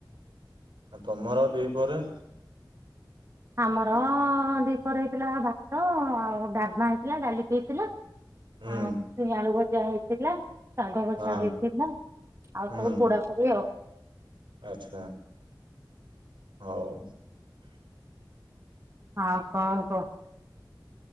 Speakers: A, on the right; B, on the right.
A: ଆଉ ତମର ଦିପହରେ
B: ଆମର ଦିପରେ ହେଇଥିଲା ଭାତ ଆଉ ଡାଲମା ହେଇଥିଲା ଡାଲି ବି ହେଇଥିଲା।
A: ହୁଁ
B: ଆଉ ଛୁଇଁ ଆଳୁ ଯା ହେଇଥିଲା। ଶାଗ ଭଜା
A: ହଁ
B: ହେଇଥିଲା। ଆଉ
A: ହୁଁ
B: ସବୁ ପୋଡା ପୋଡି ଆଉ।
A: ଆଚ୍ଛା ହଉ।
B: ହଁ କହ କହୁ।